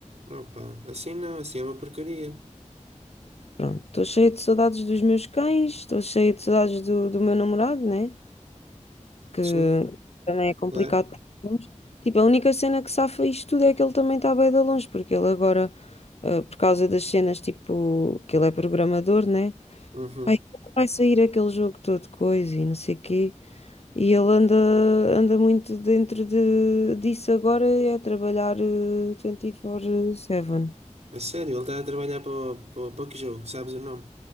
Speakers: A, on the right; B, on the left.
A: Opa, assim não, assim é uma porcaria.
B: Pronto, estou cheia de saudades dos meus cães, estou cheia de saudades do, do meu namorado, né? Que
A: Sim,
B: também é complicado.
A: claro.
B: estar longe. Tipo, a única cena que safa isto tudo é que ele também está bem de longe, porque ele agora, ah, por causa das cenas, tipo, que ele é programador, né?
A: Uhum.
B: Vai, vai sair aquele jogo todo coisa e não sei o quê. E ele anda, anda muito dentro de, disso agora, é trabalhar eh, 24/7.
A: É sério, ele está a trabalhar para, o- para, o- para que jogo? Sabes o nome?